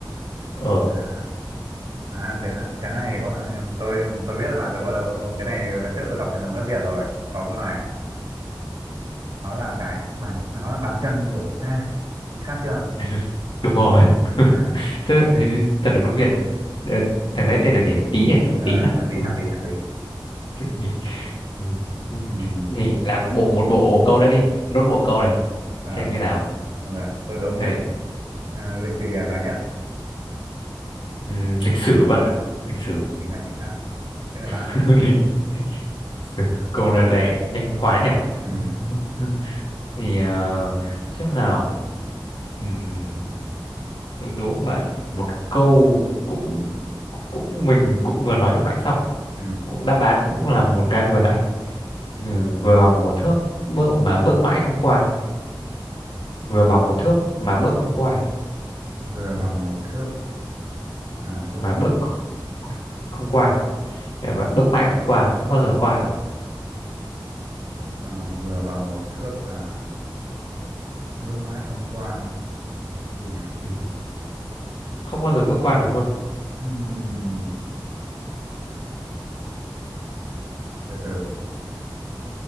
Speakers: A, on the left (about 70°); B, on the right (about 60°).
A: ờ
B: à à cái này cái này hồi- à, tôi tôi biết là bạn đúng ở đâu tôi, cái này lần trước tôi đọc thần đồng nước Việt rồi có câu này nó là cái bàn à, nó là bàn chân của chúng ta chính xác chưa
A: <laughs> đúng rồi <laughs>
B: à
A: Thế thì thần nước Việt ờ, thằng đấy tên là gì Tý à thằng
B: ờ,
A: Tý
B: đúng
A: à
B: rồi tí
A: ừ.
B: chạm tí chạm tí
A: thằng Tý. Ừ. ừ.
B: ừ,
A: thì làm bộ một bộ câu nữa đi nốt bộ câu này
B: à,
A: xem như nào
B: rồi tôi đúng
A: đây
B: biết à, lịch gì là dài nhất
A: Ừm, lịch sử bạn ạ lịch sử
B: chính xác chính xác thế là bạn
A: <laughs>
B: đây
A: lịch, lịch sử câu này lại nhanh quá nhỉ
B: ừ,
A: <laughs> thì ờ, xem nào Ừm, tôi đố bạn một câu cũng cũng mình cũng vừa nói lúc nãy xong
B: ừ.
A: cũng đáp án cũng là một cái vừa nãy Ừ, vừa bằng một thước bước mà bước mãi không qua vừa
B: Vừa,
A: bằng một thước mà bước không qua
B: vừa
A: ừ,
B: bằng một thước mà bước
A: mà
B: không
A: bước không qua, không qua Thế mà bước mãi không qua không bao giờ qua được
B: à, vừa bằng một thước mà bước mãi không qua Gì nhỉ
A: ừ, không bao giờ bước qua được luôn
B: Ừm, từ từ